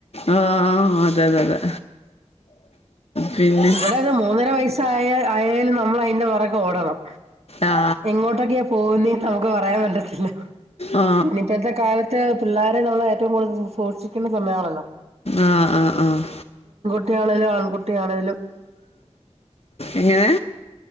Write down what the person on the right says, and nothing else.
ഇവിടെത് മൂന്നര വയസ്സായ ആയാലും നമ്മള് അയ്ന്റെ പുറകെ ഓടണം
എങ്ങോട്ടൊക്കെയാ പോകുന്നേ നമുക്ക് പറയാൻ പറ്റത്തില്ല
പിന്നെ ഇപ്പോഴത്തെ കാലത്ത് പിള്ളാരെ നമ്മള് ഏറ്റവും കൂടുതൽ സൂക്ഷിക്കുന്ന സമയാണല്ലോ
കുട്ടി ആണേലും ആൺകുട്ടിയണേ